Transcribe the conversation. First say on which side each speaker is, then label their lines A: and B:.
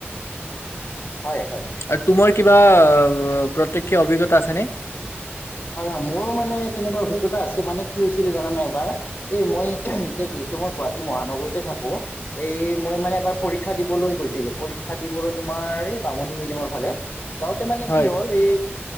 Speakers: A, on the left (about 50°); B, on the left (about 75°).
A: হয়, হয়।
B: আ, তোমাৰ কিবা প্ৰত্যক্ষ অভিজ্ঞতা আছেনে?
A: হয়, হয়, মোৰো মানে তেনেকুৱা অভিজ্ঞতা আছে মানে কি হৈছিলে জানানে এবাৰ? এই মই এতিয়া যিহেতু মই গুৱাহাটী মহানগৰীতে থাকোঁ। এই মই মানে এবাৰ পৰীক্ষা দিবলৈ গৈছিলোঁ পৰীক্ষা দিবলৈ তোমাৰ এই বামুণী মৈডামৰ ফালে যাওঁতে মানে
B: হয়
A: কি হ'ল এই